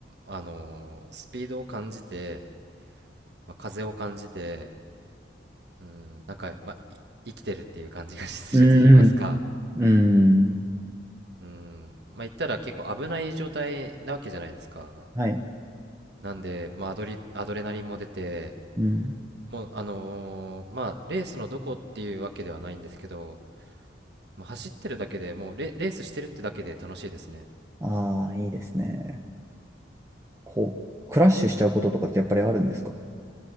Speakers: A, on the right; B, on the right.
A: あのースピードを感じて、まあ、風を感じて、うん、なんか、まあ、い生きてるっていう感じが <laughs> すると言いますか。
B: うんうん。うん。
A: うん、まあ、言ったら結構危ない状態なわけじゃないですか。
B: はい。
A: なんで、まあ、アドリ、アドレナリンも出て、
B: うん。
A: もう、あのーまあ、レースのどこっていうわけではないんですけど、まあ、走ってるだけでもうレ、レースしてるってだけで楽しいですね。
B: ああー、いいですね。こう、クラッシュしちゃうこととかってやっぱりあるんですか